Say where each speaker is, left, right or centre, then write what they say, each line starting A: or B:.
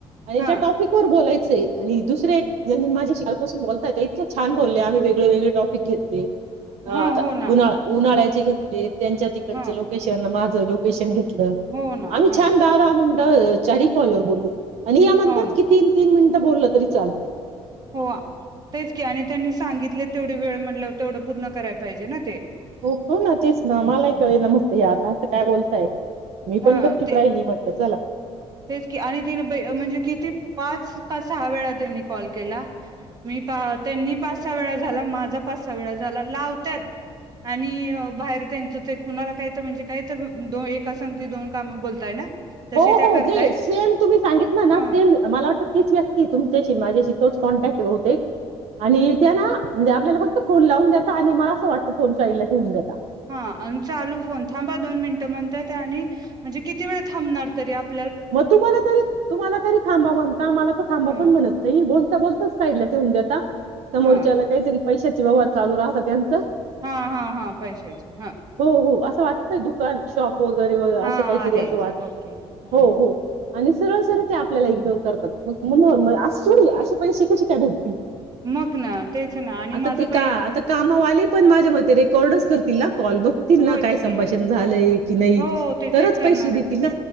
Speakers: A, on the right; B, on the right.
A: आणि
B: हा
A: ज्या टॉपिकवर बोलाय चे आणि दुसरे एक ज्यांनी माझ्याशी कालपासून बोलतायेत इतकं छान बोलल्या. आम्ही वेग वेगवेगळे टॉपिक घेतले. ह
B: हा
A: आता
B: हो ना
A: उन्हाळा उन्हाळ्याचे
B: ह
A: घेतले, त्यांच्या तिकडचं
B: हा
A: लोकेशन माझं झं लोकेशन घेत लं.
B: हो ना
A: आम्ही
B: हा
A: छान दहा दहा मिनिटं अ चारही कॉलवर बोललो. आणि या म्हणतात
B: हो ना
A: की तीन तीन मिनिटं बोललं तरी चालतंय.
B: हो आ, तेच की आणि त्यांनी सांगितलेत तेवढी वेळ म्हटल्यावर तेवढं पूर्ण कराय पाहिजे ना ते.
A: हो हो ना तेच ना मलाही
B: हम्म
A: कळे ना म्हंटलं यात. असं काय बोलताय? मीपण
B: हा
A: गपचीप
B: ते
A: राहिली, म्हटलं चला.
B: तेच की आणि तिने पै म्हणजे किती पाच का सहा वेळा त्यांनी कॉल केला. मी पा त्यांनी पाच सहा वेळा झाला, माझा पाच सहा वेळा झाला. लावत्यात आणि अ बाहेर त्यांच ते कुणाला काहीतर म्हणजे काहीतर दो एक संगतीत दोन कामं बोलताय ना? तशी
A: हो
B: त्या
A: हो
B: करतायत
A: <unintelligible> सेम तुम्ही सांगितल ना,
B: ह
A: सेम मला वाटतं तीच व्यक्ती तुमच्याशी माझ्याशी तोच कॉन्टॅक्ट बहुतेक आणि त्या ना, म्हणजे आपल्याला फक्त फोन लावून देता आणि मला असं वाटत फोन साईडला ठेवून देता.
B: हा आणि चालू फोन थांबा दोन मिनटं म्हणत्यात्या आणि म्हणजे किती वेळ थांबणार तरी आप
A: मग तुम्हाला तरी, तुम्हाला तरी थांबा म्हणता. मला थांबा
B: हा
A: पण म्हणत नाही बोल बोलताच साईडला ठेवून देता. समोरच्याला
B: हा
A: कायतरी पैशाचे व्यवहार चालू राहतात यांचं.
B: हा हा हा पैशाचे हा.
A: हो हो असं वाटतंय दुकान शॉप वगैरे वग
B: हा
A: असं काहीतरी
B: आहे
A: असं वाट
B: ओके ह
A: हो हो आणि सरळ सरळ ते आपल्या एकदा विचारतात. मग मो म असं सोडूया असे पैसे कसे त्या भेटतील.
B: मग ना तेच ना आणि
A: आता
B: माझं
A: ते
B: पहि
A: का, आता कामावाली पण माझ्या मते रेक -- कॉर्डर्स करतील ना कॉल बघतील
B: होयच
A: ना? काय संभाषण
B: की
A: झालंय की नाही
B: हो ते
A: तरच
B: चेक करणारच
A: पैसे देतील ना.
B: की